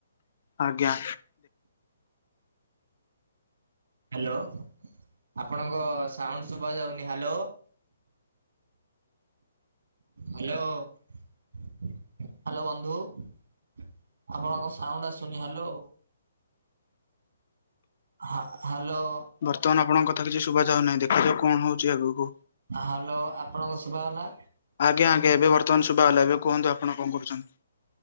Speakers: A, on the left; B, on the right.
A: ଆଜ୍ଞା।
B: ହାଲୋ। ଆପଣଙ୍କ ସାଉଣ୍ଡ ସୁଭା ଯାଉନି, ହାଲୋ। ହ୍ୟାଲୋ। ହ୍ୟାଲୋ ବନ୍ଧୁ ଆପଣଙ୍କ ସାଉଣ୍ଡ ଆସୁନି, ହ୍ୟାଲୋ। ହଁ ହ୍ୟାଲୋ।
A: ବର୍ତ୍ତମାନ ଆପଣଙ୍କ କଥା କିଛି ଶୁଭାଯାଉ ନାହିଁ ଦେଖାଯାଉ କଣ ହଉଛି ଆଗକୁ।
B: ହ୍ୟାଲୋ ଆପଣଙ୍କ ଶୁଭ ଗଲା।
A: ଆଜ୍ଞା ଆଜ୍ଞାବେ ବର୍ତମାନ ଶୁଭା ହେଲା ଏବେ କୁହନ୍ତୁ ଆପଣ କଣ କରୁଛନ୍ତି?